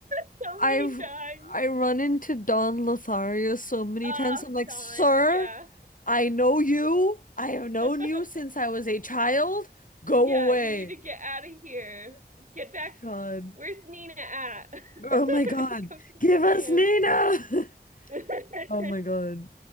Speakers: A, on the right (about 45°); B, on the left (about 50°).
A: <laughs> so
B: I
A: many times.
B: I run into Don Lothario so many
A: Ah,
B: times. I'm
A: uh,
B: like,
A: Don.
B: sir,
A: Yeah.
B: I know you. I have known
A: <laughs>
B: you since I was a child. Go
A: yeah,
B: away.
A: you need to get out of here. Get back.
B: God.
A: Where's Nina at?
B: Oh
A: <laughs>
B: my God.
A: Go get
B: Give
A: your man.
B: us Nina. <laughs>
A: <laughs>
B: Oh my God.